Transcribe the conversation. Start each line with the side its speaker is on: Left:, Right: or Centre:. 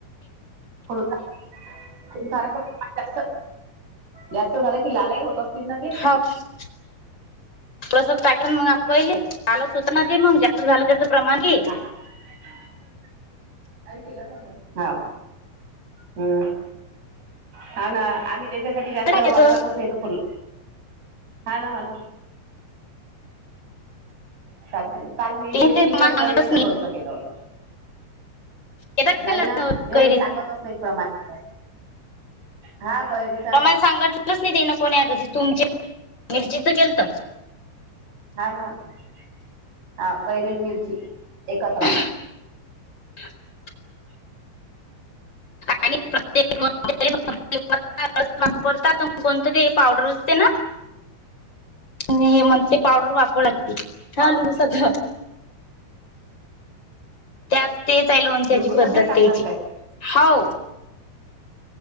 Right: हो <unintelligible> फारच प्रमाण जास्त जास्त झालं कि लालही होतं, असतील ना ते.
Left: <unintelligible> प्रसग टाकेन मग आम् पहिले, आला सुतना ते मग जास्त झालं त्याचं प्रमाण ये.
Right: <inaudible> ह हम्म. हा ना आम्ही त्याच्यासाठी जास्त,
Left: टाकायचं
Right: वापरतच नाही फुल हा ना हा ना. चालते ना, काल मी मिरचीच
Left: ते ते प्रमाण
Right: आणि
Left: सांगतच
Right: कैरीचं
Left: नाही
Right: लोणचं केलं होत.
Left: येतात
Right: नाही
Left: त्याला
Right: ना ते,
Left: कैरी
Right: सांगतच नाही प्रमाणे. हा कैरी.
Left: प्रमाण सांगितलंच नाही तिनं, कोणी या तुमचे मिरचीच केलंत.
Right: हा ना, ह हा कैरीन मिरची एकत्र.
Left: <inaudible> आणि प्रत्येक,
Right: <inaudible>
Left: <unintelligible> ते पावडर असते ना. मी म्हणते पावडर वापर लागते,
Right: पावडर.
Left: हा लिह सगळं. त्यात तेच आहे, लोण त्याची
Right: निंबू सत्वही
Left: पद्धत
Right: टाकतात
Left: त्याची
Right: काय
Left: हांव.